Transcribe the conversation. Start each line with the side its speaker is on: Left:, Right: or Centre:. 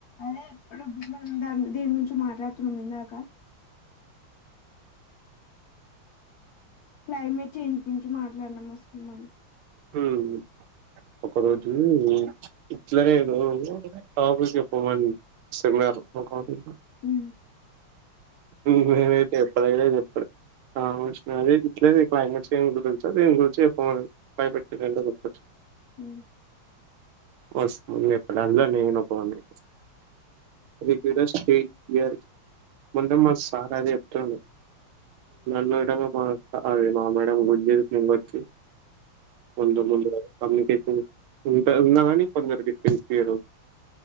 Left: అదే ఇప్పుడు మనం దా దీని గురించి మాట్లాడుతున్నాం ఇందాకా క్లైమేట్ చేంజ్ గురించి మాట్లాడినాం అసలు మనం
Right: హ్మ్ ఒక రోజు ఇట్లా నేను కాఫీ చెప్పమన్నారు ఒక కాఫీ
Left: హ్మ్
Right: ఊహూ నేనైతే చెప్పనైన చెప్పల <unintelligible> క్లైమేట్ గురించో దేని గురించో చెప్పమని భయపెట్టి <unintelligible>
Left: హ్మ్
Right: వస్తదని చెప్పడంలో నేనుకోడిని రెగ్యులర్ స్టేజ్ ఫియర్ ర్ ముందు మా సార్ అదే చెప్తుండు న విధంగా మా అవి మా మేడం గుజజకొచ్చి ముందు ముందు వ కమ్యూనికేషన్ ఉంటా ఉన్నా గాని కొందరుకి ఇప్పీయరు